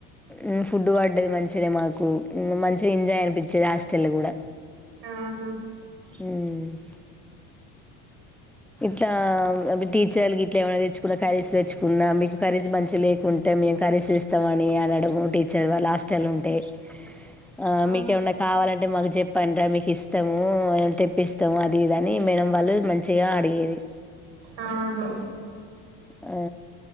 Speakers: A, in the centre; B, on the right.
A: ఉమ్ ఫుడ్ పడ్డది మంచినే మాకు. ఉమ్ మంచ్ చేంజాయ్ అనిపించేది హాస్టల గూడా
B: ఆహా
A: ఉమ్మ్ ట్లా అ టీచర్ల్ గిట్లా ఏమన్నా తెచ్చుకున్న కర్రీస్ తెచ్చుకున్న, మీకు కర్రీస్ మంచి లేకుంటే మేము కరీస్ ఇస్తామని, అనడము టీచర్ వాళ్ళ హాస్టల్ ఉంటే. ఆ
B: ఆహా
A: మీకేమన్నా కావాలంట్ అంటే మాకు చెప్పండరా మీకు ఇస్తాము, తెప్పిస్తాము, అది ఇదిని మేడం వాళ్ళు. మంచ్ గా అడిగేది
B: ఆహా
A: ఆ <unintelligible>